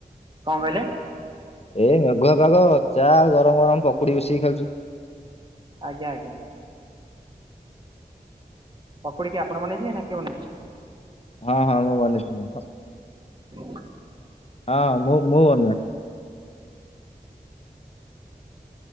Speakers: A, on the right; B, on the left.
A: କଣ କହିଲେ?
B: ଏଇ ମେଘୁଆ ପାଗ ଚା ଆଉ ଗରମ ଗରମ ପକୁଡି ବଶିକି ଖାଉଛି।
A: ଆଜ୍ଞା ଆଜ୍ଞା। ପକୁଡି କିଏ ଆପଣ ବନେଇଥିଲେ ନା କିଏ ବନେଇଥିଲେ?
B: ହଁ ହଁ ମୁଁ ବନେଇଥିନି ଥ
A: ହୁଁ
B: ହଁ ମୁଁ ମୁଁ ବନୁଏ।